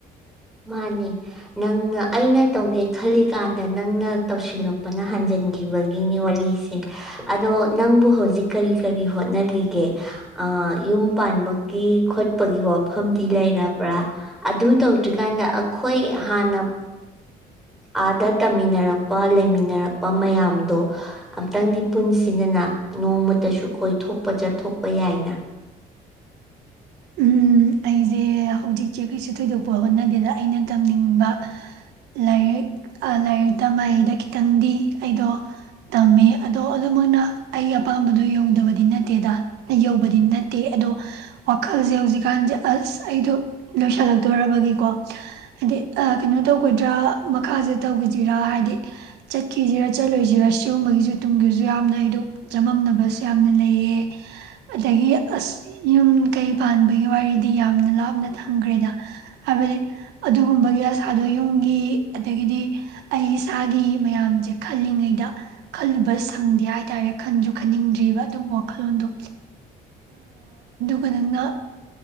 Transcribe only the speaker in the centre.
ꯃꯥꯅꯦ ꯅꯪꯅ ꯑꯩꯅ ꯇꯧꯒꯦ ꯈꯜꯂꯤꯀꯥꯟꯗ ꯅꯪꯅ ꯇꯧꯁꯤꯜꯂꯛꯄꯅ ꯍꯥꯟꯖꯤꯟꯈꯤꯕꯒꯤꯅꯤ ꯋꯥꯔꯤꯁꯦ ꯑꯗꯣ ꯅꯪꯕꯨ ꯍꯧꯖꯤꯛ ꯀꯔꯤ ꯀꯔꯤ ꯍꯣꯠꯅꯔꯤꯒꯦ ꯌꯨꯝ ꯄꯥꯟꯕꯒꯤ ꯈꯣꯠꯄꯒꯤ ꯋꯥꯐꯝꯗꯤ ꯂꯩꯔꯕ꯭ꯔꯥ ꯑꯗꯨ ꯇꯧ ꯗꯨꯖꯤꯛꯀꯥꯟꯗ ꯑꯩꯈꯣꯏ ꯍꯥꯟꯅ ꯑꯥꯗ ꯇꯝꯃꯤꯟꯅꯔꯛꯄ ꯂꯩꯃꯤꯟꯅꯔꯛꯄ ꯃꯌꯥꯝꯗꯣ ꯑꯝꯇꯪꯗꯤ ꯄꯨꯟꯁꯤꯟꯗꯅ ꯅꯣꯡꯃꯇꯁꯨ ꯀꯣꯏꯊꯣꯛꯄ ꯆꯠꯊꯣꯛꯄ ꯌꯥꯏꯅ